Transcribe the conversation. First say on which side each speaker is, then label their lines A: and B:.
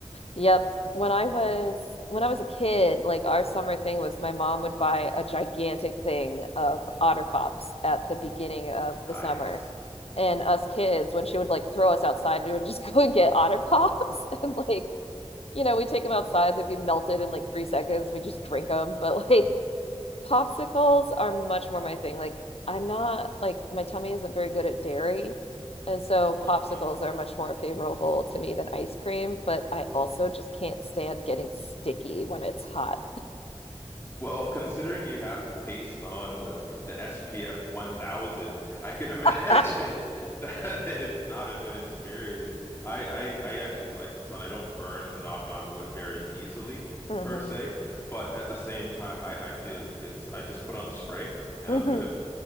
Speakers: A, on the left (about 60°); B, on the left (about 20°).
A: Yep. When I was when I was a kid, like our summer thing was my mom would buy a gigantic thing of Otter Pops at the beginning of
B: Nice.
A: the summer. and us kids when she would like throw us outside we would just <laughs> go and get otter pops <laughs> and like you know we take them outside they'd be melted in like three seconds we just drink them but <laughs> like popsicles are much more my thing like i'm not like my tummy isn't very good at dairy and so
B: <laughs>
A: popsicles are much more favorable to me than ice cream but i also just can't stand getting sticky when it's hot
B: Well, considering you have to paste on the the SPF 1000, I can imagine
A: <laughs>
B: <laughs> that it's not a good experience. I, I I actually like the sun. I don't burn a knock on wood very easily
A: mm-hmm.
B: per se, but at the same time, I I feel you. It's I just put on the spray and
A: Mm-hmm.
B: I'm good,